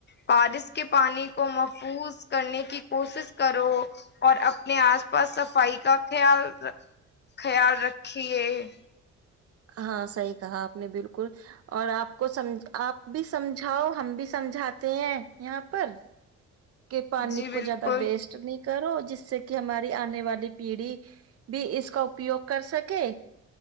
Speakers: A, on the left (about 35°); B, on the right (about 50°).
A: بارش کے پانی کو محفوظ کرنے کی کوشش کرو اور اپنے آس پاس صفائی کا خیال خیال رکھیے <inaudible>
B: ہاں صحیح کہا آپ نے بالکل اور آپ بھی سمجھاؤ ہم بھی سمجھاتے ہیں یہاں پر کہ پانی
A: جی بالکل
B: کو جیادہ ویسٹ نہیں کرو جس سے کہ ہماری آنے والی پیڑھی بھی اس کا اپیوگ کر سکے